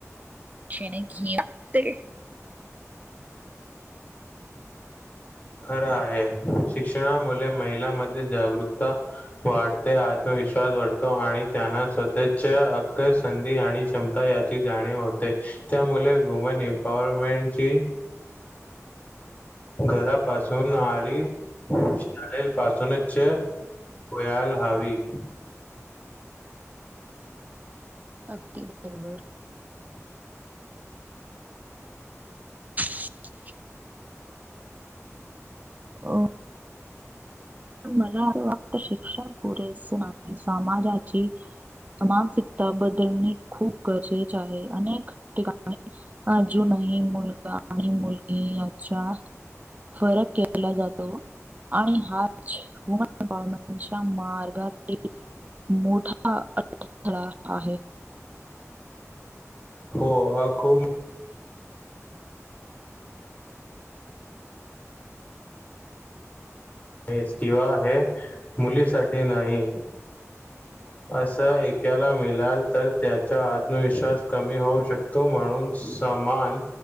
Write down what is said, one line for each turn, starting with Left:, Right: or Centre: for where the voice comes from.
Right: शेणे घेते
Left: खरं आहे शिक्षणा मुळे महिलांमध्ये जागरूक वाढते आत्मविश्वास वाढते आणि त्यांना स्वतःचा हक्क संधी आणि क्षमता याची जाणीव होते ते त्यामुळे वुमन अम्पॉरमेन्ट घरा पासून आली शालेल पासूनच. चा व्हायला हवी.
Right: अगदी बरोबर. <inaudible> अ मला अस फक्त शिक्षण पुरेस नाही समाजाची मानसिकता बदलणे खूप गरजेच आहे अनेक ठिकाणी अजूनही आणि मुलगा आणि मुलगी यांच्या फरक केला जातो आणि हा वुमन अम्पॉरमेन्टचा मार्गात मोठा अडथळा आहे
Left: हो हा खूप हे किंवा मुलीसाठी नाही असा एकाला मिळाल तर त्याचा आत्मविश्वास कमी होऊ शकतो म्हणून समान